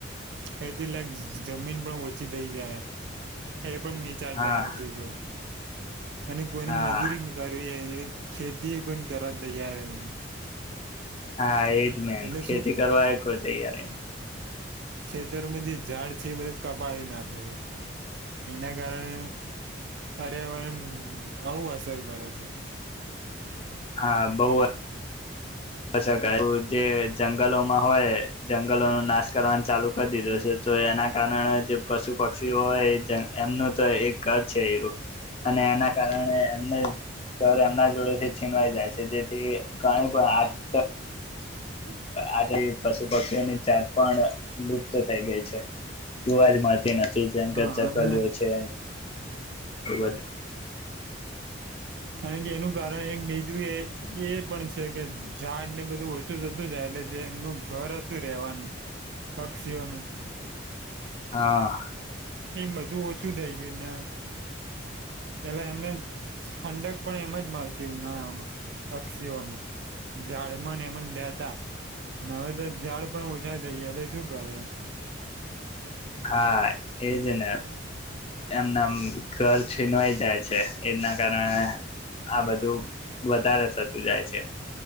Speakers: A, on the right; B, on the left.
A: ખેતી લાયક જમીન પણ ઓછી થઈ જાય એ પણ વિચારતા
B: હા
A: નથી કોઈ અને કોઈને
B: હા
A: મજૂરી કરવી ખેતી <unintelligible> કરવા તૈયાર <unintelligible>
B: હા એ ઈજમેન
A: એટલે
B: ખેતી કરવાય કોઈ તૈયાર
A: ખેતરોમાં જે ઝાડ છે એ બધા કપાવી નાખે છે એના કારણે પર્યાવરણ આવુ અસર કરે છે
B: હા બોઉ અસર કરે <inaudible> જંગલોમાં હોય જંગલો નો નાશ કરવાનું ચાલુ કરી દીધો છે તો એના કારણે જે પશુ પક્ષી હોય એ એમનું તો એક ઘર છે ઈરુ અને એના કારણે એમને ઘર એમના જોડે થી છીનવાઈ જાય છે જેથી ઘણી આ
A: <inaudible>
B: આથી પશુ પક્ષીઓની જાત પણ લુપ્ત થઈ ગઈ છે જોવા જ મળતી નથી જેમ
A: હા
B: કે ચકલીઓ
A: અને
B: છે વધટ
A: કારણ કે એનું કારણ એક બીજું એ એ પણ છે કે ઝાડ ને બધું ઓછું થતું જાય એટલે જે એમનું ઘર હતું રેવાનું પક્ષીઓનું
B: હા
A: એ બધું ઓછું થઈ ગયું ને પેલા એમને ઠંડક પણ એમ જ મળતી ઉનાળામાં પક્ષીઓના ઝડમન એમ જ લતા અને હવે ાડ પણ પછા થઈ શું કરે
B: હા એજ ને એમના ઘર છીનવાઈ જાય છે એના કારણે આ બધું વધારે થતું જાય છે